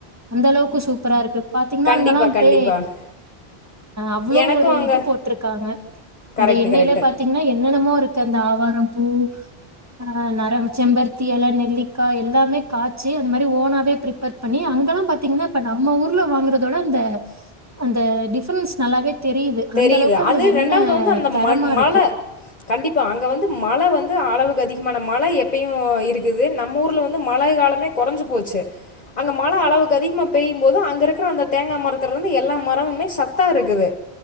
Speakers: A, on the right; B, on the left.
A: அந்த அளவுக்கு சூப்பரா இருக்கு பா்த்தீங்கனா
B: கண்டிப்பாக
A: அங்கல்லா அப்டே
B: கண்டிப்பாக
A: அவ்ளோ
B: எனக்கும்
A: ஒரு
B: அங்கே
A: இது போட்ருக்காங்க அந்த
B: கரெக்டு
A: எண்ணெல
B: கரெக்டு
A: பாத்தீங்னா என்னனமோ இருக் இருக்கு அந்த ஆவாரம் பூ அ நரம் செம்பருத்தி இலை நெல்லிக்காய் எல்லாமே காய்சு அந்த மாதிரி ஓனாவே ப்ரிப்பர் பண்ணி அங்கெல்லாம் பாத்தீங்கனா இப்ப நம்ம ஊர்ல வாங்குறதோட அந்த அந்த டிஃப்ரன்ஸ் நல்லாவே தெரியுது
B: தெரியுது
A: அந்த அளவுக்கு அந்த
B: அது
A: எண்ண
B: இரண்டாவது வந்து அந்த
A: தரமா
B: மணி மழ
A: இருக்கு
B: கண்டிப்பா அங்க வந்து மழ வந்து அளவுக் அதிக்மான மழ எப்பயு இருக்குது நம் ஊர்ல வந்து மழை காலமே கொறஞ்சு போச்சு அங்க மழ அளவுக்கு அதிகமா பெய்யு போது அங்க இருக்கிற அந்த தேங்கா மரத்துலேருந்து எல்லாம் மரவந்து சத்தா இருக்குது